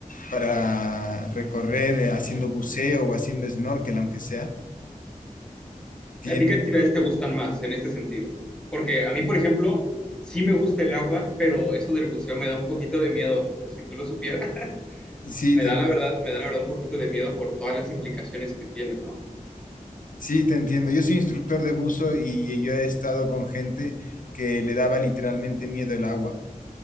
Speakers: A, on the left; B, in the centre.
A: para recorrer eh, haciendo buceo o haciendo snorkel, aunque sea. Tiene,
B: ¿A ti qué actividades te gustan más en este sentido? Porque a mí, por ejemplo, sí me gusta el agua, pero eso del buceo me da un poquito de miedo. Si tú lo supieras, <laughs>
A: sí,
B: me
A: te,
B: da la verdad, me da la verdad un poquito de miedo por todas las implicaciones que tiene, ¿no?
A: sí, te entiendo. Yo soy instructor de buzo y yo he estado con gente que le daba literalmente miedo el agua